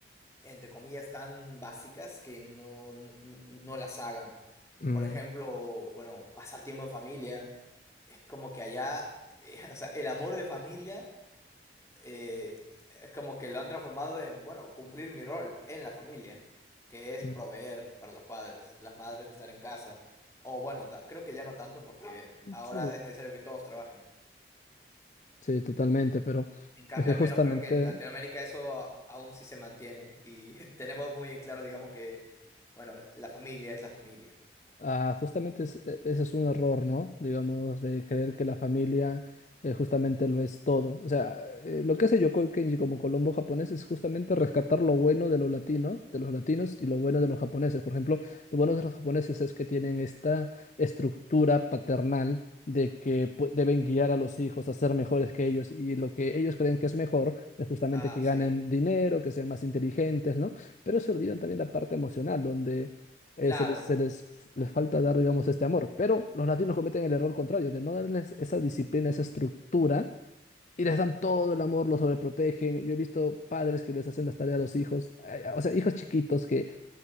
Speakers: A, on the left; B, on the left.
A: entre comillas, tan básicas que no, no, no- no las hagan.
B: Mm,
A: Por ejemplo, bueno, pasar tiempo en familia, es como que allá, eh, <laughs> o sea, el amor de familia eh, es como que lo han transformado en, bueno, cumplir mi rol en la familia, que es
B: mm,
A: proveer para los padres, las madres estar en casa. O bueno, ta- creo que ya no tanto porque ahora
B: sí,
A: es necesario que todos trabajen.
B: sí, totalmente, pero
A: En cambio,
B: es que
A: al
B: justamente...
A: menos creo que en Latinoamérica eso a- aún sí se mantiene y <laughs> tenemos muy en claro, digamos que, bueno, la familia es la familia.
B: Ah, justamente es- e- ese es un error, ¿no? Digamos, de creer que la familia eh, justamente lo es todo. O sea, eh, lo que hace Yokoi Kenji como Colombo japonés es justamente rescatar lo bueno de lo latino, de los latinos y lo bueno de los japoneses. Por ejemplo, lo bueno de los japoneses es que tienen esta estructura paternal de que pu- deben guiar a los hijos a ser mejores que ellos y lo que ellos creen que es mejor es justamente
A: Ah,
B: que ganen
A: sí,
B: dinero, que sean más inteligentes, ¿no? Pero se olvidan también la parte emocional, donde eh,
A: claro.
B: se les, se les, les falta dar, digamos, este amor. Pero los latinos cometen el error contrario, de no darles esa disciplina, esa estructura, y les dan todo el amor, los sobreprotegen. Yo he visto padres que les hacen las tareas a los hijos, eh, o sea, hijos chiquitos que